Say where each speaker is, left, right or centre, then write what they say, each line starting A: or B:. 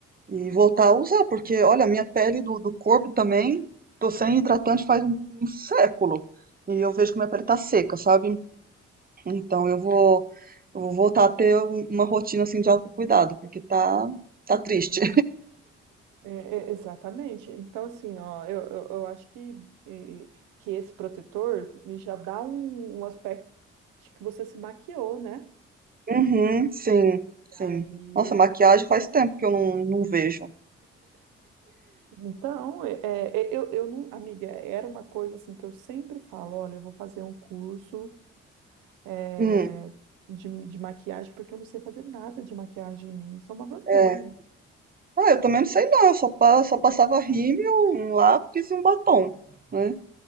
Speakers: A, on the right (about 25°); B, on the right (about 75°).
A: E voltar a usar, porque, olha, a minha pele do, do corpo também, tô sem hidratante faz um, um século. E eu vejo que minha pele tá seca, sabe? Então eu vou, eu vou voltar a ter um- uma rotina, assim, de autocuidado, porque tá, tá triste.
B: É, é, exatamente. Então, assim, ó, eu, eu, eu acho que, eh, que esse protetor ele já dá um, um aspecto de que você se maquiou, né?
A: Uhum, sim, sim.
B: E Aí,
A: Nossa, maquiagem faz tempo que eu não, não vejo.
B: então, é, é, eu, eu não, amiga, era uma coisa assim que eu sempre falo, olha, eu vou fazer um curso eh,
A: Hum,
B: de, de maquiagem, porque eu não sei fazer nada de maquiagem em mim, isso é uma vergonha.
A: é. Ah, eu também não sei não, eu só, pa- só passava rímel, um lápis e um batom, né?